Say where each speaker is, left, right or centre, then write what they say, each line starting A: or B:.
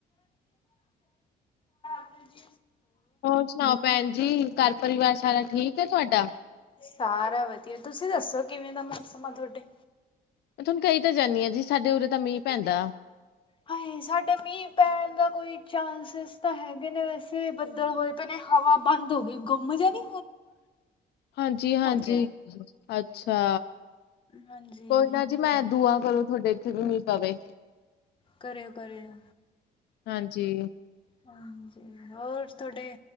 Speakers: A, on the left; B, on the left.
A: ਹਾਂਜੀ
B: ਹੋਰ ਸੁਣਾਓ ਭੈਣ ਜੀ ਘਰ ਪਰਿਵਾਰ ਸਾਰਾ ਠੀਕ ਹੈ ਤੁਹਾਡਾ
A: ਸਾਰਾ ਵਧੀਆ ਤੁਸੀਂ ਦੱਸੋ ਕਿਵੇਂ ਦਾ ਮੌਸਮ ਆ ਤੁਹਾਡੇ
B: ਮੈਂ ਤੁਹਾਨੂੰ ਕਹੀ ਤਾਂ ਜਾਂਦੀ ਹਾਂ ਜੀ ਸਾਡੇ ਉਰੇ ਤਾਂ ਮੀਂਹ ਪੈਂਦਾ
A: ਹਾਏ ਸਾਡੇ ਮੀਂਹ ਪੈਣ ਦਾ ਕੋਈ ਚਾਂਸਿਸ ਤਾਂ ਹੈਗੇ ਨੇ ਵੈਸੇ ਬੱਦਲ ਹੋਏ ਪਏ ਨੇ ਹਵਾ ਬ ੰਦ ਹੋ ਗਈ ਗੁੰਮ ਜਾ ਨੀ
B: ਹਾਂਜੀ ਹਾਂਜੀ
A: ਗਿਆ।
B: ਅੱ ਅੱਛਾ
A: ਹਾਂਜੀ
B: ਕੋਈ ਨਾ ਜੀ ਮੈਂ ਦੂਆਂ ਕਰੋ ਤੁਹਾਡੇ ਇੱਥੇ ਵੀਣੀ ਪਵੇ
A: ਕਰਿਓ ਕਰਿਓ
B: ਹਾਂਜੀ
A: ਹਾਂਜੀ ਹੋਰ ਤੁਹਾਡੇ